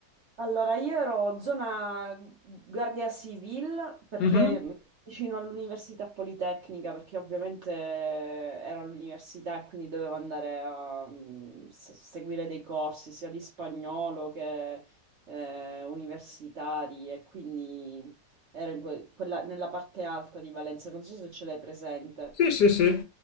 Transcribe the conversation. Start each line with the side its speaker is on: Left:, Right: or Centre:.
Right: Allora, io ero zona Guardia Civil perché
Left: Mhm.
Right: mh, vicino all'Università Politecnica, perché ovviamente ero all'università e quindi dovevo andare a mm, se- seguire dei corsi sia di spagnolo che eh, universitari e quindi ero in que- quella- nella parte alta di Valencia, non so se ce l'hai presente.
Left: Sì, sì, sì,